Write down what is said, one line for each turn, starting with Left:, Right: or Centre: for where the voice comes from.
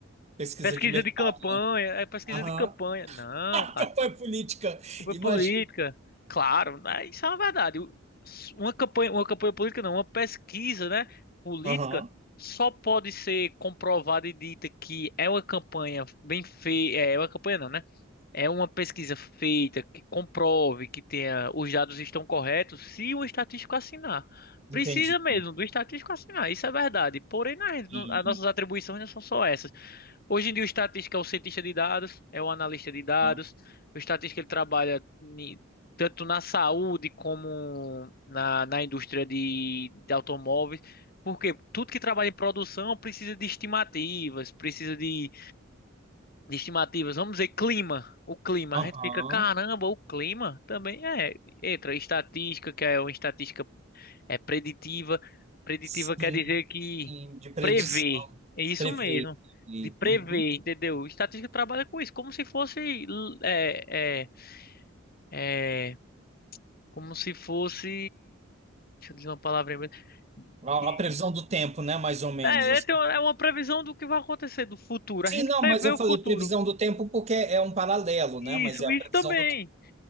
Right: Pesquisa
Left: pesquisa
Right: de mercado.
Left: de campanha, é pesquisa
Right: Aham.
Left: de campanha. Não,
Right: <laughs> Campanha política,
Left: Campanha
Right: imagina.
Left: política, claro, né? Isso é uma verdade. O- Uma campanha, uma campanha política não, uma pesquisa, né, política
Right: Aham.
Left: só pode ser comprovada e dita que é uma campanha bem feita, é é uma campanha não, né? É uma pesquisa feita que comprove que tenha os dados estão corretos se o estatístico assinar.
Right: Entendi.
Left: Precisa mesmo do estatístico assinar, isso é verdade. Porém, nas-
Right: Sim.
Left: as nossas atribuições não são só essas. Hoje em dia o estatístico é o cientista de dados, é o analista de dados.
Right: Aham.
Left: O estatístico ele trabalha ni- tanto na saúde como na, na indústria de, de automóveis. Porque tudo que trabalha em produção precisa de estimativas, precisa de, de estimativas. Vamos dizer, clima. O clima.
Right: Aham.
Left: A gente fica, caramba, o clima também é. Entra estatística, que é uma estatística é preditiva. Preditiva
Right: Sim.
Left: quer dizer que
Right: Sim, de predição,
Left: prevê. É isso
Right: prever.
Left: mesmo.
Right: E,
Left: De prever,
Right: uhum.
Left: entendeu? Estatística trabalha com isso, como se fosse. l- É, é, é, como se fosse. Deixa eu dizer uma palavra em inglês. De-
Right: A, a previsão do tempo, né? Mais ou menos.
Left: É,
Right: assim.
Left: é ter uma é uma previsão do que vai acontecer do futuro. A
Right: Sim,
Left: gente
Right: não,
Left: prevê
Right: mas eu
Left: o
Right: falei
Left: futuro.
Right: previsão do tempo porque é um paralelo,
Left: Isso,
Right: né? Mas é a
Left: isso
Right: previsão
Left: também.
Right: do tempo.